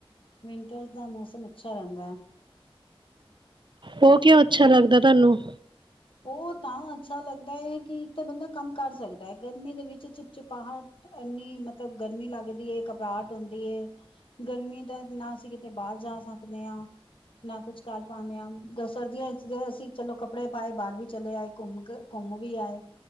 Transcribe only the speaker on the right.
ਉਹ ਕਿਉਂ, ਅੱਛਾ ਲੱਗਦਾ ਤੁਹਾਨੂੰ?